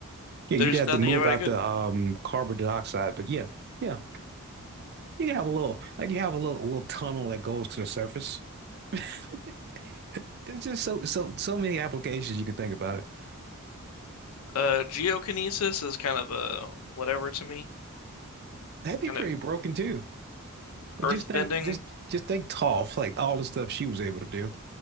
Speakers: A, on the right; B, on the left.
A: Yeah,
B: There's
A: you'd have
B: nothing
A: to move
B: about
A: out
B: it good.
A: the um carbon dioxide, but yeah, yeah. You have a little like you have a little little tunnel that goes to the surface. <laughs> It's just so so so many applications you could think about it.
B: Uh, geokinesis is kind of a whatever to me,
A: That'd be
B: kind
A: pretty
B: of
A: broken too. Like,
B: earth
A: Just think
B: bending.
A: just just think Toph, like all the stuff she was able to do.